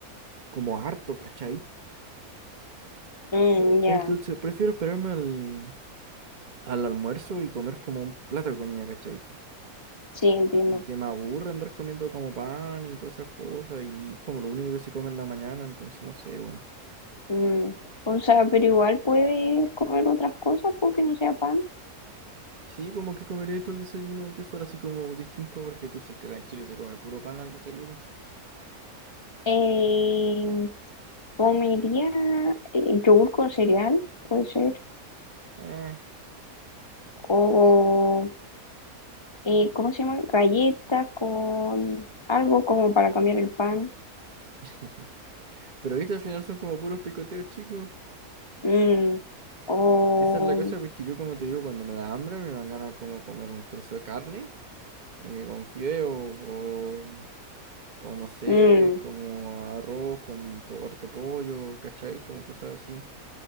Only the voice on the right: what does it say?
como harto, ¿cachai?
Eh,
Entonces prefiero esperarme al, al almuerzo y comer como un plato de comida, ¿cachai?
Porque me aburre andar comiendo como pan y todas esas cosas y es como lo único que se come en la mañana, entonces no sé, weón.
Sí, como que comería tú el desayuno que fuera así como distinto porque tú sabes que acá en Chile se come puro pan al desayuno.
Eh.
<laughs> Pero viste, al final son como puros picoteos, chicos.
Y esa es la cosa porque yo, como te digo, cuando me da hambre me van ganas como comer un trozo de carne. eh, con fideo o, o no sé,
como arroz con po- harto pollo, ¿cachai? Como cosas así.